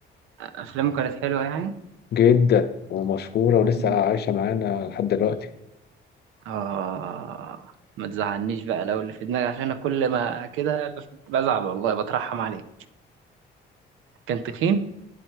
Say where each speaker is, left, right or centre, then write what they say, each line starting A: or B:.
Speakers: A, on the right; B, on the left.
A: أفلامه كانت حلوة يعني
B: جدا ومشهورة ولسه
A: مم.
B: عايشة معانا لحد دلوقتي
A: آه ما تزعلنيش بقى لو اللي في دماغي عشان أنا كل ما كده بف- بزعل والله بترحم عليه كان تخين